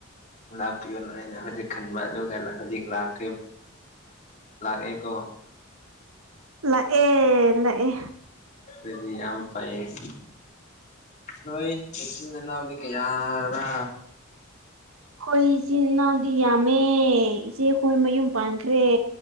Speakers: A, on the left; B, on the right.
A: ꯂꯥꯛꯄꯤꯌꯣꯅ ꯑꯩꯅ ꯍꯧꯖꯤꯛ ꯈꯟꯕ ꯑꯗꯨꯒ ꯍꯧꯖꯤꯛ ꯂꯥꯛꯈ ꯂꯥꯛꯑꯦꯀꯣ
B: ꯂꯥꯛꯑꯦ ꯂꯥꯛꯑꯦ
A: ꯑꯗꯨꯗꯤ ꯌꯥꯝ ꯐꯥꯏꯌꯦ ꯎꯝ ꯅꯣꯏ ꯅꯆꯤꯟ ꯅꯄꯥꯎꯗꯤ ꯀꯌꯥꯔꯥ
B: ꯑꯩꯈꯣꯏ ꯏꯆꯤꯟꯜ ꯏꯅꯥꯎꯗꯤ ꯌꯥꯝꯃꯦ ꯏꯆꯦꯈꯣꯏ ꯃꯌꯨꯝ ꯄꯥꯟꯈ꯭ꯔꯦ